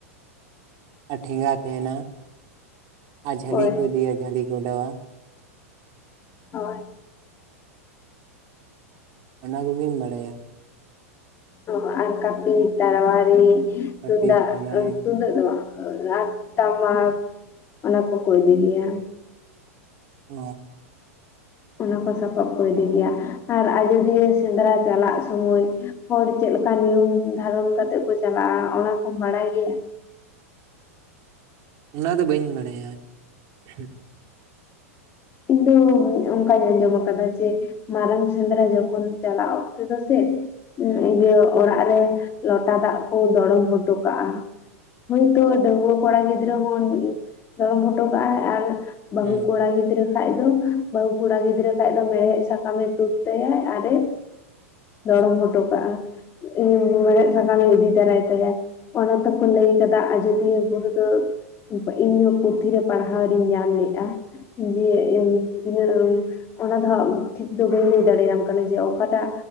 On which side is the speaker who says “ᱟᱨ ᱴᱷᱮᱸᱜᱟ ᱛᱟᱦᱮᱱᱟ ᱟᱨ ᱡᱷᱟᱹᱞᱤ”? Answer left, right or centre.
Right